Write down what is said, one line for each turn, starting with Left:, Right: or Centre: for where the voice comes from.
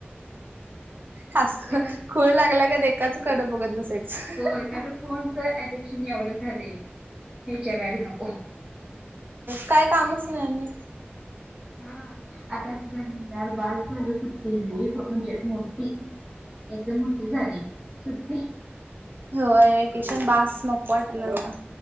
Right: हसू
Centre: कारण
Right: खूळ लागल्यागत एकाच कड बघत बसायचं.
Centre: हो कारण फोनचा एडिक्शन एवढं झालंय काय विचारायला नको.
Right: काय कामच नाही आणि
Centre: हा आता असं झालं यार बास झाली सुट्टी लय म्हणजे मोठी एकदम मोठी झाली सुट्टी
Right: होय व्हेकेशन बास नको वाटायलाय आता.